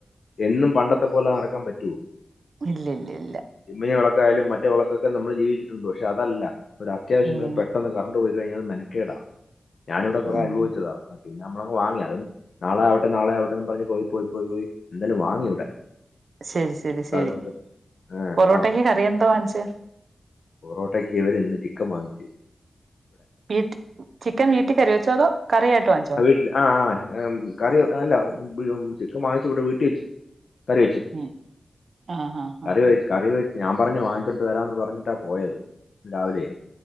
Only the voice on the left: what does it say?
എന്നും പണ്ടത്തെ പോലെ നടക്കാൻ പറ്റുവോ?
ചിമ്മിനി വിളക്കായാലും മറ്റേ വിളക്കൊക്കെ നമ്മള് ജീവിച്ചിട്ടുണ്ട് പക്ഷെ അതല്ല ഒരു അത്യാവശ്യം
വരുമ്പോൾ പെട്ടെന്ന് കറണ്ട് പോയി. കഴിഞ്ഞാലത് മെനക്കേടാ ഞാനിവിടെ കൊറെ
അനുഭവിച്ചതാ പിന്നെ നമ്മളതങ്ങ് വാങ്ങിയതും നാളെ. നാളെ ആവിട്ടേന്ന് പറഞ്ഞ് പോയി പോയി പോയി എന്നാലും വാങ്ങി ഇവിടെ.
അപ്പൊ
അതുകൊണ്ട് ആ
ആ
പൊറോട്ടക്ക് ഇവരിന്ന് ചിക്കൻ വാങ്ങിച്ചു.
ഇല്ലാ ആഹ് ആഹ് ഏഹ് കറി അല്ലാ ബ് ചിക്കൻ വാങ്ങിച്ചു ഇവടെ വീട്ടി വെച്ചു കറി വെച്ചു
കറി
വെച്
കറി വെച്ച് ഞാൻ പറഞ്ഞു വാങ്ങിച്ചോണ്ട് വെരാന്ന് പറഞ്ഞിട്ടാ പോയത് രാവിലെ